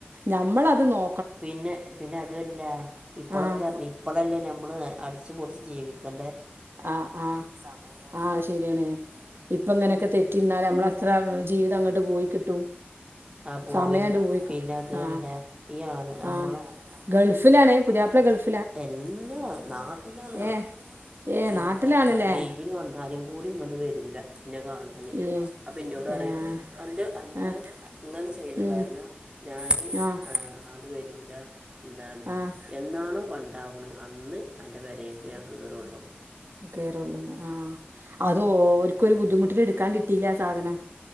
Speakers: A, on the right; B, on the right.
A: ഞമ്മളത് നോ
B: പിന്നെ പിന്നെ അതും അല്ലാ ഇപ്പളൊക്കെ
A: ആഹ്
B: നി ഇപ്പളല്ലേ ഞമ്മള് അടിച്ച്പൊൾച്ച് ജീവിക്കെണ്ടെ
A: ആഹ് ആഹ് സം ആഹ് അത് ശരിയാണേ ഇപ്പം ഇങ്ങനെയെക്കെ തെറ്റിന്നാല് അമ്മളെത്രാ ജീവിതങ്ങട്ട് പോയി കിട്ടും
B: ആ പോയി
A: സമയാണ്ട് പോയ്ക്ക്ട്ടും
B: പിന്നെ അതുമല്ല
A: ആഹ്
B: ഈ ആണ് നമ്മളെ
A: ആഹ് ഗൾഫ്‌ലാണെ പുത്യാപ്പള ഗൾഫ്
B: എല്ലാ നാട്ടിലാണ്
A: ഏഹ് ഏഹ് നാട്ടിലാണല്ലേ
B: എന്താ ന ലീവിന് വ ന്നാലും കൂടിങ്ങെട്ട് വെരൂല ന്നെ കാണാ ന്
A: ഇയ്യേ
B: അപ്പം ഇന്നോടറിയും
A: ഏഹ്
B: അന്റെ അന്റെ
A: ആഹ്
B: ഇങ്ങെൾത് ചെയ്തെ
A: ഉം
B: കാര്ണം ഞാന്
A: ആഹ്
B: ആണ്ട് വെരൂലാ ന്താണ്
A: ആഹ്
B: എന്നാണോ പണ്ടാ വ്‌ണ് അന്ന് അൻ്റെ പെരേക്ക് ഞാൻ കേറൊള്ളു
A: കേറെള്ളൂന്ന് ആഹ് അത് ഓര്ക്കൊരു ബുദ്ധിമുട്ടില് ഇട്ക്കാൻ കിട്ടീല്ല്യാ ആ സാധനം